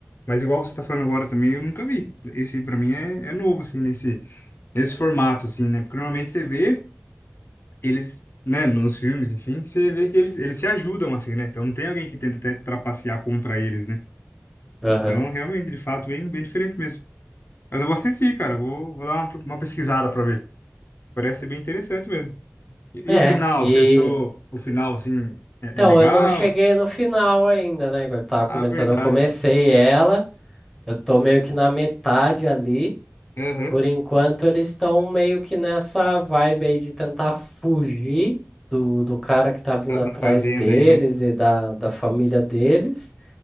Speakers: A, on the left; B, in the centre.
A: mas igual você tá falando agora também, eu nunca vi. Esse, pra mim, é, é novo, assim, nesse, nesse formato, assim, né, porque normalmente você vê eles, né, nos filmes, enfim, você vê que eles, eles se ajudam, assim, né, então não tem alguém que tenta até trapacear contra eles, né,
B: Aham.
A: então, realmente, de fato, bem, bem diferente mesmo. Mas eu vou assistir, cara, eu vou, vou dar uma, uma pesquisada pra ver, parece ser bem interessante mesmo. E,
B: É,
A: e o final,
B: e
A: você achou o final, assim, é,
B: então
A: é legal?
B: eu não cheguei no final ainda, né? igual Eu tava comentando,
A: Ah, verdade.
B: eu comecei ela Eu tô meio que na metade ali.
A: Aham.
B: Por enquanto, eles estão meio que nessa vibe aí de tentar fugir do, do cara que tá vindo
A: da,
B: atrás
A: da fazenda
B: deles
A: aí, né?
B: e da, da família deles